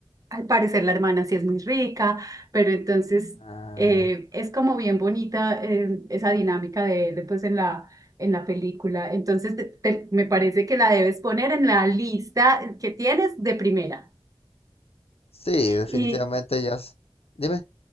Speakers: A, on the right; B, on the left.
A: al parecer la hermana sí es muy rica, pero entonces
B: Ah,
A: eh, es como bien bonita eh, esa dinámica de, de, pues en la, en la película. Entonces te- te- me parece que la debes poner en la lista que tienes de primera.
B: sí, definitivamente
A: Y
B: ya. s- Dime,